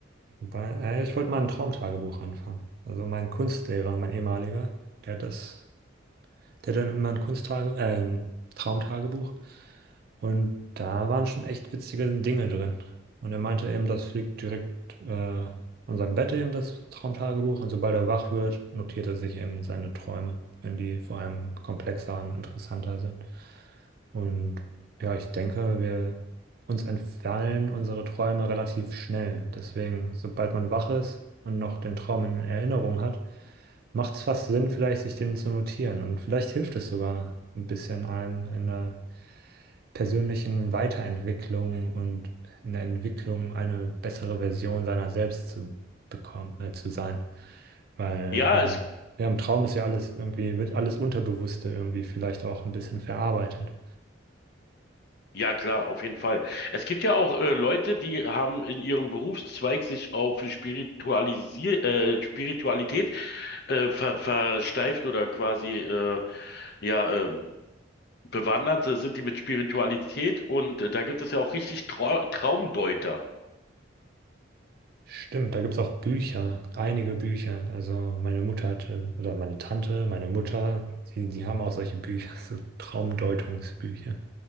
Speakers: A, on the right; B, on the left.
A: Wobei, äh, ich wollte mal ein Traumtagebuch anfangen. Also mein Kunstlehrer, mein ehemaliger, der hat das Der hat dann immer ein Kunsttage, äh, ein Traumtagebuch. Und da waren schon echt witzige Dinge drin. Und er meinte eben, das liegt direkt äh, an seinem Bett eben, das Traumtagebuch. Und sobald er wach wird, notiert er sich eben seine Träume, wenn die vor allem komplexer und interessanter sind. Und ja, ich denke, wir uns entfallen unsere Träume relativ schnell. Deswegen, sobald man wach ist und noch den Traum in Erinnerung hat, macht es fast Sinn, vielleicht sich den zu notieren. Und vielleicht hilft es sogar ein bisschen einem in der persönlichen Weiterentwicklung und in der Entwicklung eine bessere Version seiner selbst zu bekommen, äh, zu sein. Weil
B: Ja,
A: ähm,
B: es,
A: ja, im Traum ist ja alles irgendwie, wird alles Unterbewusste irgendwie vielleicht auch ein bisschen verarbeitet.
B: ja klar, auf jeden Fall. Es gibt ja auch äh, Leute, die haben in ihrem Berufszweig sich auf Spiritualisier, äh, Spiritualität äh, ver, versteift oder quasi äh, ja ähm, bewandert äh, sind die mit Spiritualität und äh, da gibt es ja auch richtig Trau Traumdeuter.
A: Stimmt, da gibt es auch Bücher, einige Bücher. Also meine Mutter hatte, oder meine Tante, meine Mutter, die, die haben auch solche Bücher, so Traumdeutungsbücher.